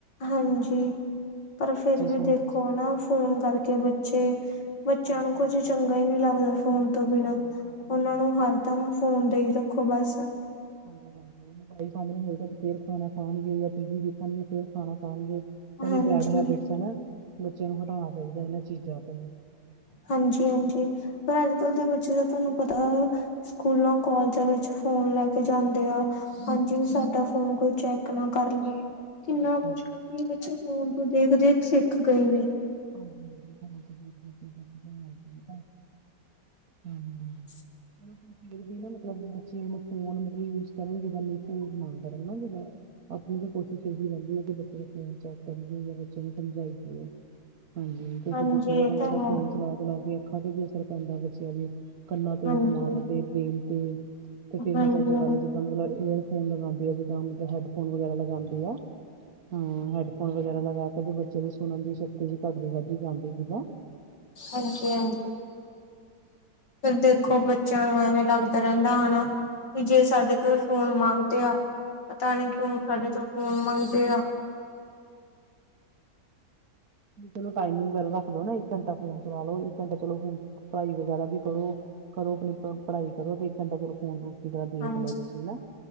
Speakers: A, on the left (about 80°); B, on the right (about 60°).
A: ਹਾਂਜੀ ਪਰ ਫਿਰ ਵੀ
B: ਸੋ
A: ਦੇਖੋ ਨਾ ਫੋਨ ਕਰਕੇ ਬੱਚੇ ਬੱਚਿਆਂ
B: ਹਾਂਜੀ
A: ਨੂੰ ਕੁੱਝ
B: ਹਾਂਜੀ
A: ਚੰਗਾ ਹੀ ਨਹੀਂੀ ਲੱਗਦਾ ਫੋਨ ਤੋਂ ਬਿਨਾਂ
B: ਚੰਗਾ ਹੀ ਲ ਹਾਂਜੀ
A: ਉਹਨਾਂ
B: ਹਾਂਜੀ
A: ਨੂੰ ਹਰ ਤਾਂੂੰ ਫੋਨ ਦੇਈ ਰੱਖੋ ਬਸ
B: ਹਾਂਜੀ ਹਜੀ ਮੋਬਾਈਲ ਸਾਹਮਣੇ ਹੋਏਗਾ ਤੇ ਫੇਰ ਖਾਣਾ ਖਾਣਗੇ ਟੀ ਦੇਖਣ ਫੇਰ ਖਾਣਾ ਖਾਣਗੇ ਉਹੀ
A: ਹਾਂਜੀ
B: ਬੈਡ ਹੈਬਿਟਸ ਹੈਾ ਬੱਚਿਆਂ ਨੂੰ ਹਟਾਉਣਾ ਚਾਹੀਦਾ ਇਹਨਾਂ ਚੀਜ਼ਾਂ ਤੋਂ
A: ਹਾਂਜੀ ਹਾਂਜੀ ਪਰ ਅੱਜ ਕੱਲ੍ਹ ਤਾਂ ਬੱਚੇ ਦਾ ਤੁਹਾਨੂੰ ਪਤਾ ਸਕੂਲਾਂ ਕਾਲਜਾਂ ਵਿੱਚ ਫੋਨ ਲੈ ਕੇ ਜਾਂਦੇ ਆ ਹਾਂਜੀ ਵੀ ਸਾਡਾ ਫੋਨ ਕੋਈ ਚੈੱਕ ਨਾ ਕਰ ਲਏ ਕਿੰਨਾ
B: ਬਸ
A: ਕੁਛ
B: ਬਸ
A: ਕੀ ਬੱਚੇ ਫੋਨ ਤੋਂ ਦੇਖ ਦੇਖ ਸਿੱਖ ਗਏ ਨੇ
B: ਹਾਂਜੀ ਹਾਂਜੀ ਹ ਹਮ <unintelligible>
A: <inaudible>
B: ਫਿਰ ਵੀ ਨਾ ਮਤਲਬ ਬੱਚੇ ਫੋਨ ਮਤ <unintelligible> ਲਬ ਯੂ ਕਰਨਗੇ ਮਗ ਕਰਨ ਨਾ ਜ ਆਪਣੀ ਤਾਂ ਕੋਸ਼ਿਸ਼ ਇਹੀ ਰਹਿੰਦੀ ਹੈ ਕਿ ਬੱਚੇ ਦਾ ਫੋਨ ਚੈੱਕ ਕਰੀਏ ਜਾਂ ਬੱਚੇ ਨੂੰ ਸਮਝਾਈਏ ਹਾਂਜੀ ਕਿਉਂਕਿ
A: ਹਾਂਜੀ
B: ਬੱਚਿਆਂ ਨੂੰ
A: ਇਹ
B: ਤੁਹਾਨੂੰ
A: ਤਾਂ
B: ਪਤਾ
A: ਹੈ
B: ਫੋਨ ਚਲਾ ਚਲਾ ਕੇ ਅੱਖਾਂ ਤੇ ਵੀ ਅਸਰ ਪੈਂਦਾ ਬੱਚਿਆਂ ਦੇ ਕੰਨਾਂ ਤੇ
A: ਹਾਂਜੀ-ਹਾਂਜੀ
B: ਦਿਮਾਗ ਤੇ ਦੇਣ ਤੇ ਤੇ ਫਿਰ
A: ਹਾਂਜੀ
B: ਮਤਲਬ ਜ ਜਿੱਦਾਂ ਮਤਲਬ ਇਹ ਫੋਨ ਲਗਾਉਂਦੀ ਆ ਜਿੱਦਾਂ ਮਤਲਬ ਹੈਡਫੋਨ ਵਗੈਰਾ ਲਗਾਉਂਦੀ ਆ ਹਮ ਹੈਡਫੋਨ ਵਗੈਰਾ ਲਗਾ ਕੇ ਕਦੇ ਬੱਚੇ ਦੀ ਸੁਨਨ ਦੀ ਸ਼ਕਤੀ ਜ ਘੱਟਦੀ ਵੱਧਦੀ ਜਾਂਦੀ ਸੀਗਾ
A: ਹਾਂਜੀ ਹਾਂਜੀ ਫਿਰ ਦੇਖੋ ਬੱਚਿਆਂ ਨੂੰ ਐਵੇਂ ਲੱਗਦਾ ਰਹਿੰਦਾ ਹੈਨਾ ਵੀ ਜੇ ਸਾਡੇ ਤੋਂ ਫੋਨ ਮੰਗਦੇ ਆ ਪਤਾ ਨੀ ਕਿਉਂ ਸਾਡੇ ਤੋਂ ਫੋਨ ਮੰਗਦੇ ਆ
B: ਚਲੋ ਟਾਈਮਿੰਗ ਵਗੈਰਾ ਰੱਖ ਲੋ ਨਾ ਇਕ ਘੰਟਾ ਫੋਨ ਚਲਾ ਲੋ ਇੱਕ ਘੰਟਾ ਚਲੋ ਫ ਪੜਾਈ ਵਗੈਰਾ ਵੀ ਕਰੋ ਕਰੋ ਅਪਨੀ ਪ ਪੜ੍ਹਾਈ ਕਰੋ ਤੇ ਇੱਕ ਘੰਟਾ ਚਲੋ ਫੋਨ ਤ ਤੇ ਜਰਾ ਦੇਖ
A: ਹਾਂਜੀ
B: ਲਓ ਤੁਸੀਂ ਨਾ